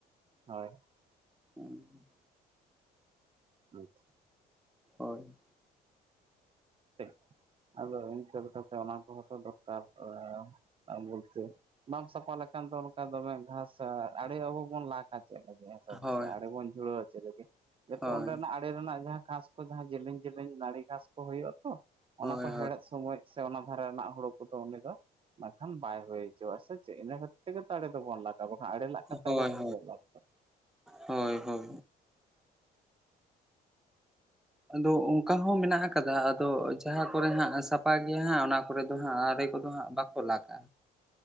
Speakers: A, on the right (about 30°); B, in the centre.
A: <inaudible>
B: ᱦᱚᱸ
A: ᱟᱪᱪᱷᱟ
B: ᱦᱳᱭ
A: ᱴᱷᱤᱠ ᱟᱫᱚ ᱤᱱᱠᱟᱹ ᱞᱮᱠᱟ ᱛᱮ ᱚᱱᱟ ᱠᱚᱦᱚᱸ ᱛᱚ ᱫᱚᱨᱠᱟᱨ ᱠᱚᱜ-ᱟ ᱟᱵᱚᱞᱛᱮ ᱵᱟᱢ ᱥᱟᱯᱷᱟ ᱞᱮᱠᱷᱟᱱ ᱫᱚ ᱚᱱᱠᱟ ᱫᱚᱢᱮ ᱜᱷᱟᱸᱥ ᱟᱲᱮ ᱟᱵᱚ ᱵᱚᱱ ᱞᱟᱠ-ᱟ ᱪᱮᱫ ᱞᱟᱹᱜᱤᱫ ᱦᱮᱸ
B: ᱦᱳᱭ
A: ᱥᱮ ᱟᱲᱮᱵᱚᱱ ᱡᱷᱩᱲᱟᱹᱣᱟ ᱪᱮᱫ ᱞᱟᱹᱜᱤᱫ ᱡᱚᱛᱚ
B: ᱦᱳᱭ
A: ᱚᱸᱰᱮᱱᱟᱜ ᱟᱲᱮ ᱨᱮᱱᱟᱜ ᱡᱟᱦᱟᱸ ᱜᱷᱟᱸᱥ ᱠᱚ ᱡᱟᱦᱟᱸ ᱡᱮᱞᱮᱧ ᱡᱮᱞᱮᱧ ᱱᱟᱹᱲᱤ ᱜᱷᱟᱸᱥ ᱠᱚ ᱦᱩᱭᱩᱜᱼᱟ ᱛᱚ
B: ᱦᱳᱭ
A: ᱚᱱᱟ ᱠᱚ
B: ᱦᱳᱭ
A: ᱦᱮᱲᱮᱫ ᱥᱚᱢᱚᱭ ᱥᱮ ᱚᱱᱟ ᱫᱷᱟᱨᱮ ᱨᱮᱱᱟᱜ ᱦᱩᱲᱩ ᱠᱚᱫᱚ ᱩᱱᱤ ᱫᱚ ᱵᱟᱝᱠᱷᱟᱱ ᱵᱟᱭ ᱦᱩᱭ ᱦᱚᱪᱚᱼᱟ ᱥᱮ ᱪᱮᱫ ᱤᱱᱟ ᱠᱷᱟᱹᱛᱤᱨ ᱛᱮᱜᱮ ᱫᱟᱲᱮ ᱫᱚᱵᱚ ᱞᱟᱠ-ᱟ ᱛᱟᱵᱟᱠᱷᱟᱱ ᱟᱲᱮ ᱞᱟᱜ ᱠᱟᱛᱮᱜ
B: ᱦᱳᱭ
A: ᱟᱵᱚ ᱫᱚ
B: ᱦᱳᱭ
A: ᱪᱮᱫ ᱞᱟᱵᱷ
B: ᱦᱳᱭ ᱦᱳᱭ ᱟᱫᱚ ᱚᱱᱠᱟ ᱦᱚᱸ ᱢᱮᱱᱟᱜ ᱟᱠᱟᱫᱟ ᱟᱫᱚ ᱡᱟᱦᱟᱸ ᱠᱚᱨᱮ ᱦᱟᱸᱜ ᱥᱟᱯᱷᱟ ᱜᱮᱭᱟ ᱦᱟᱸᱜ ᱚᱱᱟ ᱠᱚᱨᱮ ᱫᱚ ᱦᱟᱸᱜ ᱟᱲᱮ ᱠᱚᱫᱚ ᱦᱟᱸᱜ ᱵᱟᱠᱚ ᱠᱚᱞᱟᱠᱟ